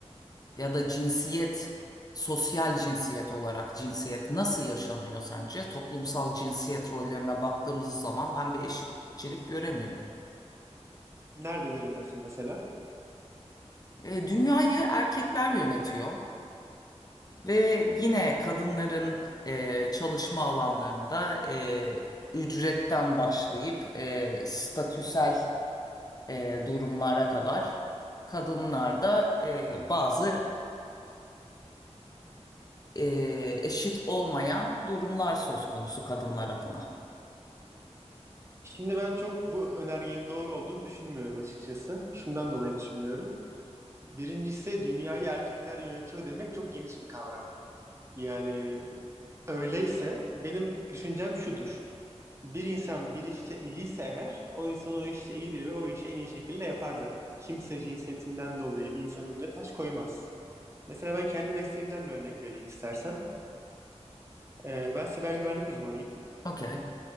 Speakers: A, on the left; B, on the right.
A: ya da cinsiyet, sosyal cinsiyet olarak cinsiyet nasıl yaşanıyor sence? Toplumsal cinsiyet rollerine baktığımız zaman ben bir eşitçilik göremiyorum.
B: Nerede göremiyorsun mesela?
A: E, dünyayı erkekler yönetiyor. Ve yine kadınların e, çalışma alanlarında e, ücretten başlayıp e, statüsel e, durumlara kadar kadınlarda e, bazı e, eşit olmayan durumlar söz konusu kadınlar adına.
B: Şimdi ben çok bu önergenin doğru olduğunu düşünmüyorum açıkçası. Şundan dolayı düşünmüyorum. Birincisi dünyayı erkekler yönetiyor demek çok geniş bir kavram. Yani öyleyse benim düşüncem şudur. Bir insan bir işte iyiyse eğer o insan o işte iyidir ve o işi en iyi şekilde yapar zaten. Kimse cinsiyetinden dolayı bir insanın önüne taş koymaz. Mesela ben kendi mesleğimden bir örnek vereyim istersen. Ee, ben siber güvenlik uzmanıyım
A: Okey,